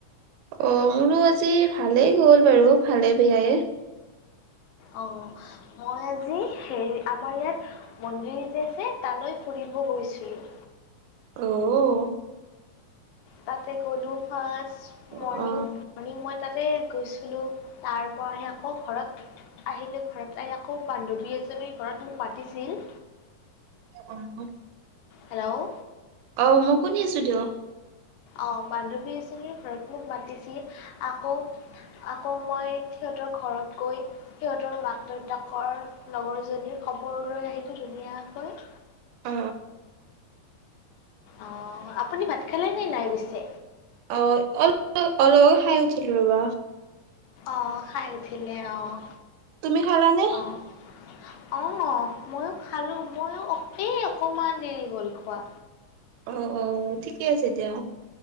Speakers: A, on the right; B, on the left.
A: অ', মোৰো আজি ভালেই গ'ল বাৰু, ভালে বেয়াই।
B: অ, মই আজি হেৰি, আমাৰ ইয়াত মন্দিৰ যে আছে, তালৈ ফুৰিব গৈছিলোঁ।
A: অহ
B: তাতে গলোঁ ফাৰ্ষ্ট। মৰ্ণিং,
A: অ
B: মৰ্ণিং মই তাতে গৈছিলো, তাৰ পৰা আহি, আকৌ ঘৰত আহিলো, ঘৰত আহি আকৌ বান্ধৱী এজনীৰ ঘৰত মোক মাতিছিল।
A: অ'। <unintelligible>
B: হেল্ল'।
A: অঁ, মই শুনি আছোঁ দিয়ক।
B: অঁ, বান্ধৱী এজনীৰ ঘৰত মোক মাতিছিল, আকৌ আকৌ মই, সিহঁতৰ ঘৰত গৈ সিহঁতৰ মাক দেউতাকৰ লগৰজনীৰ খবৰ লৈ আহিলো ধুনীয়াকৈ।
A: অ
B: অ', আপুনি ভাত খালে নে নাই, পিছে?
A: অ', অলপ, আগত খাই উঠিলো ৰবা।
B: অ', খাই উঠিলে অ',
A: তুমি খালানে
B: অ',। অ', মইও খালো। মইও এ অকমান দেৰি হ'ল, খোৱা।
A: অঁ', অ', ঠিকে আছে দিয়া।